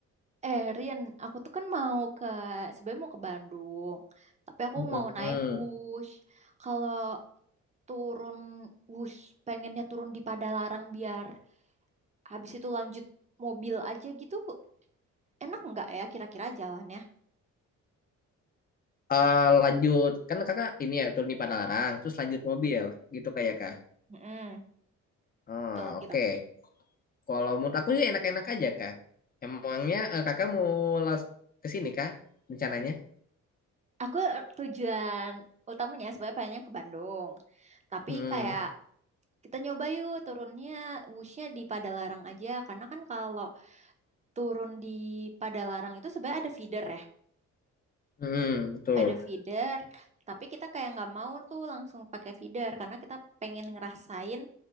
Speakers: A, on the right (about 25°); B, on the left (about 30°).
A: Eh Rian, aku tuh kan mau ke sebenarnya mau ke Bandung, tapi aku
B: Mm-mm.
A: mau naik bus. Kalau turun bus, pengennya turun di Padalarang biar habis itu lanjut mobil aja gitu, enak nggak ya kira-kira jalannya?
B: Eh, lanjut. Kan Kakak ini ya, turun di Padalarang. Terus lanjut mobil.
A: Hmm.
B: Gitu kayak, Kak.
A: Mm-mm.
B: Oh,
A: Betul
B: oke.
A: gitu.
B: Kalau menurut aku sih enak-enak aja, Kak. Emangnya eh, Kakak mau las- ke sini, Kak? Rencananya?
A: Aku eh, tujuan utamanya sebenarnya pengennya ke Bandung, tapi
B: Mm-mm.
A: kayak Kita nyoba yuk turunnya busnya di Padalarang aja karena kan kalau turun di Padalarang itu sebenarnya ada feeder ya,
B: Mm-mm, betul.
A: ada feeder. Tapi kita kayak nggak mau tuh langsung pakai feeder karena kita pengen ngerasain